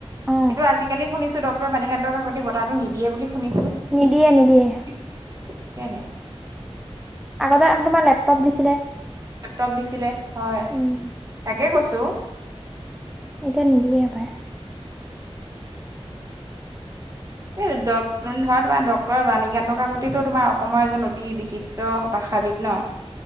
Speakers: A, in the centre; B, on the right.
A: অ
B: কিন্তু আজিকালি শুনিছো ডক্তৰ বাণীকান্তক আগতে বতটাটো নিদিয়ে বুলি শুনিছো।
A: নিদিয়ে, নিদিয়ে।
B: ক হে
A: আগতে আপু তমাৰ লেপটপ দিছিলে।
B: লেপটপ দিছিলে হয়,
A: উম
B: তাকে কৈছো।
A: এতিয়া নিদিয়ে পাৰে।
B: এই ড ধৰা তোমাৰ ডক্টৰ বাণীকান্ত কাকতিটো তোমাৰ অসমৰ এজন অতি বিশিষ্ট ভাষাবিদ ন। <inaudible>